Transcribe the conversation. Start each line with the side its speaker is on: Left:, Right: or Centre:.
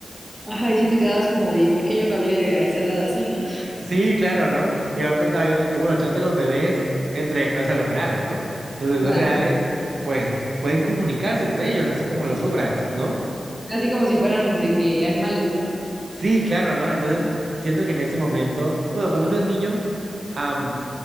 Centre: Ajá, y sí te quedabas como de, ¿y por qué yo no hablé a esa edad así, no?
Right: Sí, claro, ¿no? Igual pensaba yo de que, bueno, chance los bebés, entre, o sea, los reales, ¿no? Los bebés
Centre: Ajá.
Right: reales, pues, pueden comunicarse entre ellos, así como los Rugrats, ¿no?
Centre: Así como si fueran de que animales, ¿no?
Right: Sí, claro, ¿no? Entonces, siento que en ese momento, bueno, cuando uno es niño, am,